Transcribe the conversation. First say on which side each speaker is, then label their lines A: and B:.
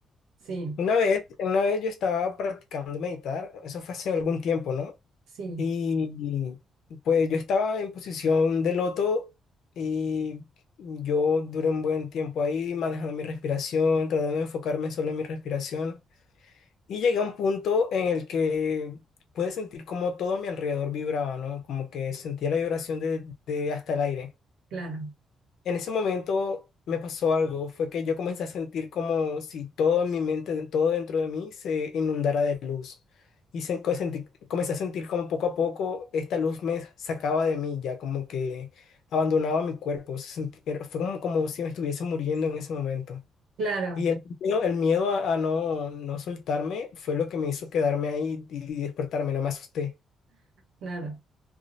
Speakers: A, on the right (about 80°); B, on the left (about 75°).
A: sí,
B: una vez, una vez yo estaba practicando meditar, eso fue hace algún tiempo, ¿no?
A: sí,
B: Y pues yo estaba en posición de loto y yo duré un buen tiempo ahí manejando mi respiración, tratando de enfocarme solo en mi respiración. Y llegué a un punto en el que pude sentir como todo a mi alrededor vibraba, ¿no? Como que sentía la vibración de, de hasta el aire.
A: claro,
B: En ese momento me pasó algo, fue que yo comencé a sentir como si todo en mi mente, todo dentro de mí se inundara de luz. Y se- co- sentí- comencé a sentir como poco a poco esta luz me sacaba de mí, ya como que abandonaba mi cuerpo. se sentí- era- fue como, como si me estuviese muriendo en ese momento.
A: claro,
B: Y el miedo, el miedo a, a no, no soltarme fue lo que me hizo quedarme ahí y despertarme, no me asusté.
A: claro.